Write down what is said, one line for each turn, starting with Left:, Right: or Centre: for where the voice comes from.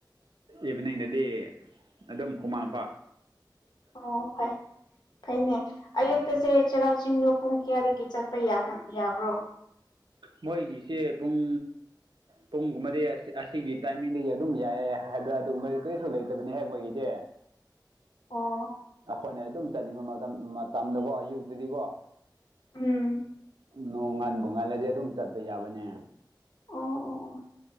Right: ꯏꯚꯤꯅꯤꯡꯗꯗꯤ ꯑꯗꯨꯝ ꯍꯨꯃꯥꯟ ꯃꯨꯄꯥ
Left: ꯑꯣ ꯍꯣꯏ ꯐꯩꯅꯦ ꯑꯌꯨꯛꯇꯁꯦ ꯆꯩꯔꯥꯎ ꯆꯤꯡꯗꯣ ꯄꯨꯡ ꯀꯌꯥꯗꯒꯤ ꯆꯠꯄ ꯌꯥꯒ ꯌꯥꯕ꯭ꯔꯣ
Right: ꯃꯣꯏꯒꯤꯁꯦ ꯄꯨꯡ ꯄꯨꯡꯒꯨꯝꯕꯗꯤ ꯑꯁꯤꯒꯤ ꯇꯥꯏꯃꯤꯡꯗꯤ ꯑꯗꯨꯝ ꯌꯥꯏꯑ ꯍꯥꯏꯕ꯭ꯔꯥ ꯑꯗꯨꯒꯨꯝꯕ ꯀꯔꯤꯁꯨ ꯂꯩꯇꯕꯅꯤꯍꯦꯛ ꯃꯣꯏꯒꯤꯗꯤ <inaudible>
Left: ꯑꯣ
Right: ꯑꯩꯈꯣꯏꯅ ꯑꯗꯨꯝ ꯆꯠꯅꯤꯡꯕ ꯃꯇꯝ ꯃꯇꯝꯗꯀꯣ ꯑꯌꯨꯛꯇꯗꯤꯀꯣ
Left: ꯎꯝ
Right: ꯅꯣꯡ ꯉꯟꯕꯨ ꯉꯜꯂꯗꯤ ꯑꯗꯨꯝ ꯆꯠꯄ ꯌꯥꯕꯅꯦ
Left: ꯑꯣ ꯑꯣ ꯑꯣ